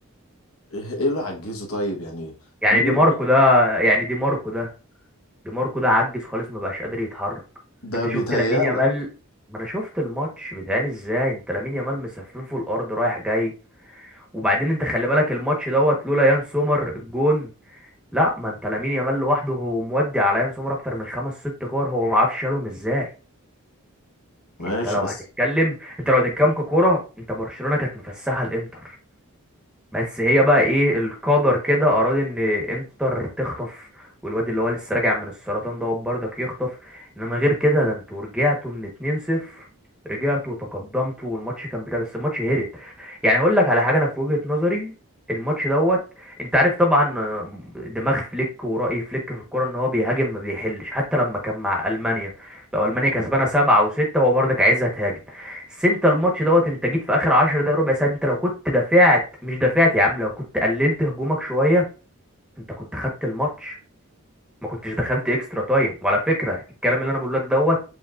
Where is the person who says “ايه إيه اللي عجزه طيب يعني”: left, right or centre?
Left